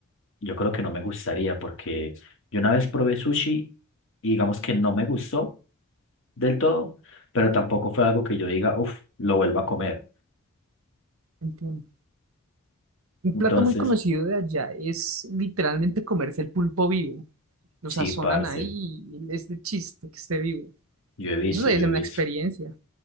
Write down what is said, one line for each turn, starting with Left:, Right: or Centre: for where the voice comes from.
Left: Yo creo que no me gustaría porque yo una vez probé sushi y digamos que no me gustó del todo, pero tampoco fue algo que yo diga, uff, lo vuelvo a comer.
Right: Entiendo. Un
Left: Entonces,
Right: plato muy conocido de allá es literalmente comerse el pulpo vivo. Lo
Left: sí,
Right: sazonan
Left: parce,
Right: ahí y es de chiste que esté vivo.
Left: yo he visto,
Right: Eso debe
Left: yo
Right: ser
Left: he visto.
Right: una experiencia,